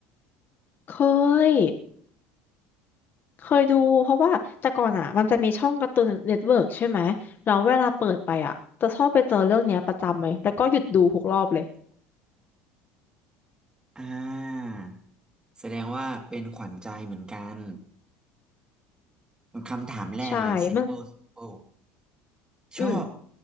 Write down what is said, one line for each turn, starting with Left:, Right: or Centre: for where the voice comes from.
Left: เคยเคยดูเพราะว่าแต่ก่อนอ่ะมันจะมีช่องการ์ตูนเน็ตเวิร์กใช่ไหมแล้วเวลาเปิดไปอ่ะจะชอบไปเจอเรื่องเนี้ยประจำเลยแล้วก็หยุดดูทุกรอบเลย
Right: อ่า แสดงว่าเป็นขวัญใจเหมือนกันคำถามแรกเลย
Left: ใช่มัน
Right: simple simple ชอบ
Left: อืม